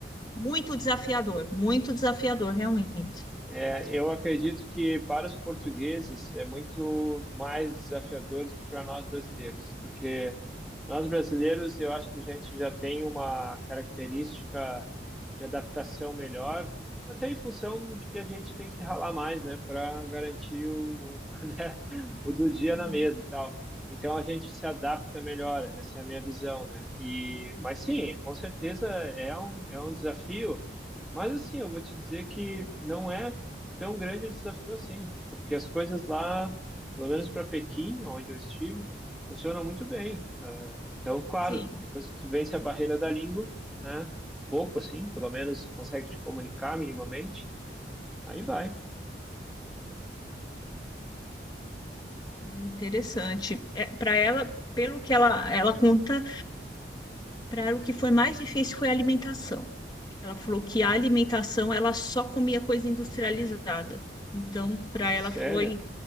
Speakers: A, on the left; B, in the centre.
A: muito desafiador, muito desafiador, realmente.
B: É, eu acredito que para os portugueses é muito mais desafiador do que para nós brasileiros, porque nós brasileiros eu acho que a gente já tem uma característica de adaptação melhor, até em função de que a gente tem que ralar mais, né, para garantir o, <laughs> né, o do dia
A: Sim,
B: na mesa e tal. Então a gente se adapta melhor, essa é a minha visão, né? E, mas sim, com certeza é um, é um desafio. Mas assim, eu vou te dizer que não é tão grande é o desafio assim, porque as coisas lá, pelo menos para Pequim, onde eu estive, funcionam muito bem. Eh, então, claro,
A: sim,
B: depois que tu vence a barreira da língua, né? Um pouco assim, pelo menos consegue te comunicar minimamente, aí vai.
A: é interessante. É, para ela, pelo que ela, ela conta, para ela o que foi mais difícil foi a alimentação. Ela falou que a alimentação ela só comia coisa industrializada. Então, para ela
B: É Sério,
A: foi